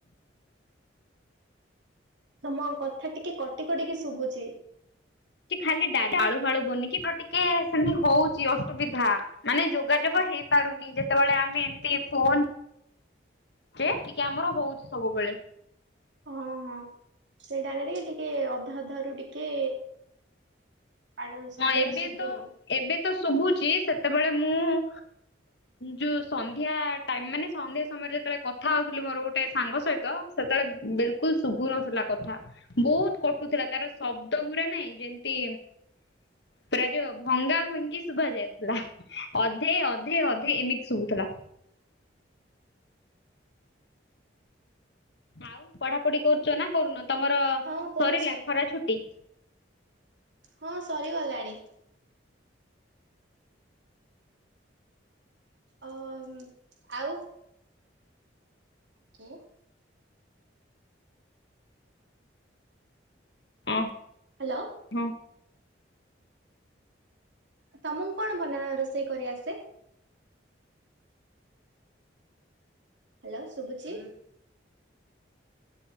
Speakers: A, on the right (about 75°); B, on the left (about 65°).
A: ତମ କଥା ଟିକେ କଟି କଟିକି ଶୁଭୁଛି।
B: ସେ ଖାଲି ଡା ଢା ଆାଳୁ ଫାଳୁ ବନି କିି ଟିକେ ସେମିତି ହଉଛି ଅସୁବିଧା। ମାନେ ଯୋଗାଯୋଗ ହେଇପାରୁନି ଯେତେବେଳେ ଆମେ ଏମତି ଫୋନ, ଜେ ଟିକେ ଆମର ହଉଛି ସବୁବେଳେ।
A: ହଁ ହଁ ସେଇଟା କରି ଟିକେ ଅଧା ଅଧ ରୁ ଟିକେ। ଆର ଶବ୍ଦ
B: ହଁ ଏବେ
A: ଟା ଶୁଭୁନି।
B: ତ ଏବେ ତ ଶୁଭୁଛି ସେତେବେଳେ ମୁଁ। ଯୋଉ ସନ୍ଧ୍ୟା ଟାଇମ ମାନେ ସନ୍ଧ୍ୟା ସମୟରେ ଯେତେବେଳେ କଥା ହଉଥିଲି ମୋର ଗୋଟେ ସାଙ୍ଗ ସହିତ, ସେତେବେଳେ ବିଲ୍‌କୁଲ୍‌ ଶୁଭୁ ନଥିଲା କଥା। ବହୁତ କଟୁଥିଲା ତାର ଶବ୍ଦ ଗୁଡା ନାଇଁ ଯେମିତି।
A: <inaudible>
B: ପୁରା ଯୋଉ ଭଙ୍ଗା ଭଙ୍ଗି ଶୁଭା ଯାଉଥିଲା ଅଧେ ଅଧେ ଅଧେ ଏମିତି ଶୁଭୁଥିଲା। ଆଉ ପଢା ପଢି କରୁଛ ନା କରୁନ ତମର
A: ହଁ ପଢୁଛି।
B: ସରିଲା ଖରା ଛୁଟି।
A: ହଁ ସରିଗଲାଣି। ଅ ଆଉ, କି?
B: ହଁ।
A: ହ୍ୟାଲୋ
B: ହଁ।
A: ତମକୁ କଣ ବନା ରୋଷେଇ କରିଆସେ? ହ୍ୟାଲୋ ଶୁବୁଚି?